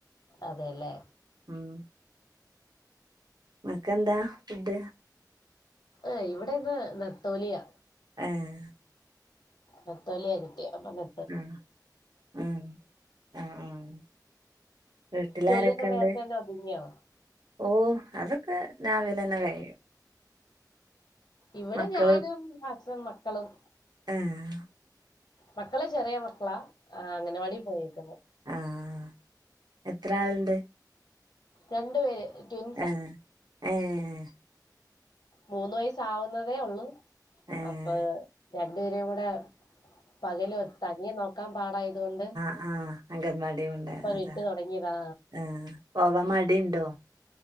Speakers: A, on the left (about 75°); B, on the right (about 65°).
A: അതേല്ലേ
B: ഉം ങ്ങെക്കന്താ ഫുഡ്
A: ഏഹ് ഇവിടെ ഇന്ന് നത്തോലിയാ
B: ഏഹ്
A: നെത്തോലിയ കിട്ട്യേ അപ്പം ങ്ങ
B: ഉം ഉം ആഹ് ആഹ് വീട്ടിലാരൊക്കെണ്ട്
A: ജോലിയൊക്കെ നേരത്തെ തന്നെ ഒതുങ്ങിയോ
B: ഓഹ്‌ അതൊക്കെ രാവിലെന്നെ കഴിയും
A: ഇവ്ടെ
B: മക്കള്
A: ഞാനും ഹസ്സും മക്കളും
B: ഏഹ്‌
A: മക്കള് ചെറിയ മക്കളാ ആഹ് അംഗനവാടി പോയേക്ക്ന്ന്
B: ആഹ്‌ എത്ര ആൾണ്ട്
A: രണ്ട് പേര് ട്വിൻസാ
B: ആഹ്‌ ഏഹ്‌
A: മൂന്ന് വയസ ആാവുന്നതേ ഉള്ളു
B: ഏഹ്
A: അപ്പൊ രണ്ടുപേരേ കൂടെ പകൽ തനിയെ നോക്കാൻ പാടായതുകൊണ്ട്
B: ആഹ്‌ അങ്കൻവാടിയും ഉണ്ട്
A: ഇപ്പൊ
B: അതെ
A: വിട്ടു തുടങ്ങിയതാ
B: ആഹ്‌ പോവാൻ മടി ഉണ്ടോ